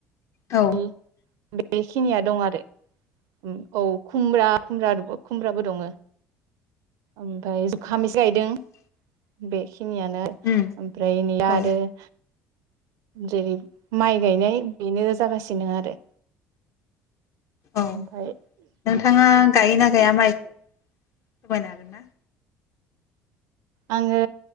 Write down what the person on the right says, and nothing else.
<inaudible>
बेखिनिया दं आरो। उम औ खुमरा खुमरा रु खुमब्राबो दङो ओमफाय जुखाम
इसे गायदों बे। खिनियानो
ओमफ्राय नैया
आरो- जे- माइ गायनाय बेनो जागासिनो आरो
ओमफाय
आङो